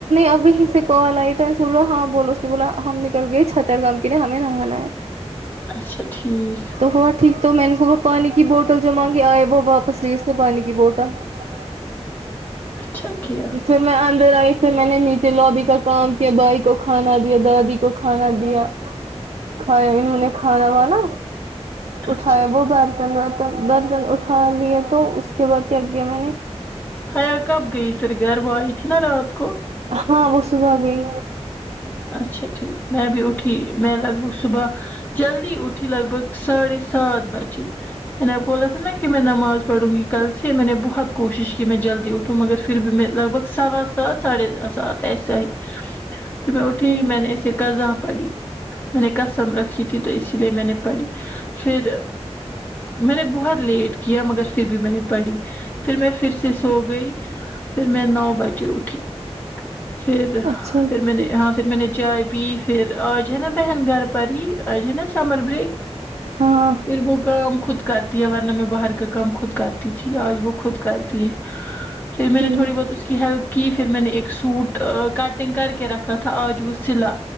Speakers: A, on the right; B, on the left.
A: اب وہیں سے کال آئی تو سو ہاں بولو اس نے بولا ہم نکل گئے چھتر گام کے لیے ہمیں نہانا ہے
B: اچھا ٹھیک
A: تو ہوا ٹھیک تو میں نے صبح پانی کی بوٹل جو مانگی آئے وہ واپس لی اس نے پانی کی بوٹل ہاں <unintelligible>
B: اچھا کیا
A: پھر میں اندر آئی پھر میں نے نیچے لوابی کا کام کیا بھائی کو کھانا دیا دادی کو کھانا دیا کھائے انہوں نے کھانا وا نا
B: اچھا
A: اٹھایا
B: ٹھیک۔
A: برتن دھوتے برتن اٹھا لے تو اس کے بعد کیا کیا میں نے
B: حیا کب گئی پھر گھر وہ آئی تھی نا رات کو
A: ہاں وہ صبح گئی
B: اچھا ٹھیک میں بھی اٹھی میں لگ بھگ صبح جلدی اٹھی لگ بھگ ساڑھے سات بجے میں نے آپ کوبولا تھا نا کہ میں نماز پڑوں گی کل سے میں نے بہت کوشش کی میں جلدی اٹھ تو مگر پھر بھی لکبھک سوا سات ساڑے سات ایسے ائی میں اٹھی
A: ٹھیک
B: میں نے ایسے قضاں پڑی میں نے قسم رکھی تھی تو اسی لیے میں نے پڑھی پھر میں نے بہت لیٹ کیا مگر پھر بھی میں نے پڑھی پھر میں پھر سے سو گئی پھر میں نو بجے اٹھی پھر
A: اچھا ٹھیک اچھا
B: پھر
A: کیا
B: میں نے ہاں پھر میں نے چائے پی پھر آج ہے نا بہن گھر پر ہی آج ہے نا سمر بریک
A: ہاں
B: پھر وہ کام خود کرتی ہے ورنہ میں باہر کا کام خود کرتی تھی آج وہ خود کرتی ہے پھر میں
A: ٹھیک
B: نے تھوڑی بہت اس کی ہیلپ کی پھر میں نے ایک سوٹ کٹنگ کر کے رکھا کا تھا آج وہ سلا